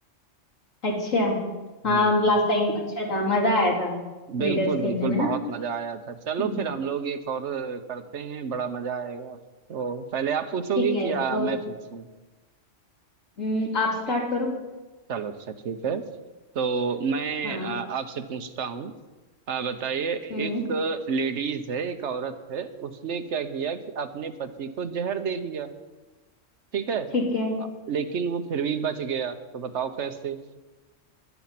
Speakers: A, on the left (about 85°); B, on the right (about 65°).
A: अच्छा
B: हम्म
A: हाँ लास्ट टाइम अच्छा था मजा आया था
B: बिल्कुल
A: रीडर्स खेलने
B: बिल्कुल
A: में ना
B: बहुत मजा आया था चलो
A: <laughs>
B: फिर हम लोग एक और करते हैं बड़ा मजा आएगा तो पहले आप पूछोगी
A: ठीक है
B: कि या
A: तो
B: मैं पूछूं
A: हम्म, आप स्टार्ट करो
B: चलो अच्छा ठीक है तो मैं
A: हाँ
B: अ, आपसे पूछता हूँ अ, बताइए
A: हम्म
B: एक लेडीज है एक औरत है उसने क्या किया कि अपने पति को जहर दे दिया ठीक है
A: ठीक है
B: अ, लेकिन वो फिर भी बच गया तो बताओ कैसे